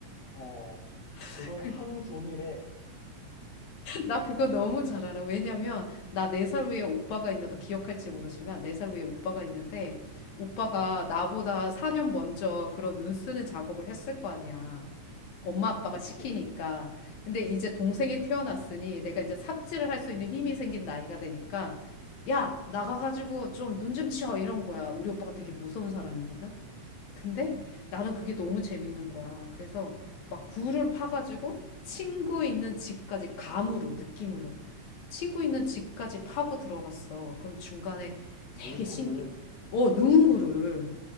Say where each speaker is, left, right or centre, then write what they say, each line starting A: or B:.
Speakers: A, on the left; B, on the left.
A: 어,
B: <laughs>
A: 그걸
B: 그-
A: 하루 종일 해.
B: 나 그거 너무 잘 알아. 왜냐면 나 네 살 위에 오빠가 있는데 너 기억할지 모르지만 네 살 위에 오빠가 있는데
A: 음,
B: 오빠가 나보다 4년 먼저 그런 눈 쓰는 작업을 했을 거 아니야. 엄마 아빠가
A: 그치.
B: 시키니까. 근데 이제 동생이 태어났으니 내가 이제 삽질을 할 수 있는 힘이 생긴 나이가 되니까 야, 나가가지고 좀 눈 좀 치워 이런 거야. 우리 오빠가 되게 무서운 사람이거든. 근데 나는 그게 너무 재밌는 거야. 그래서 막 굴을 파가지고 친구 있는 집까지 감으로, 느낌으로. 친구 있는 집까지 파고 들어갔어. 그럼 중간에 되게
A: 눈코를
B: 신기, 어, 누군가를.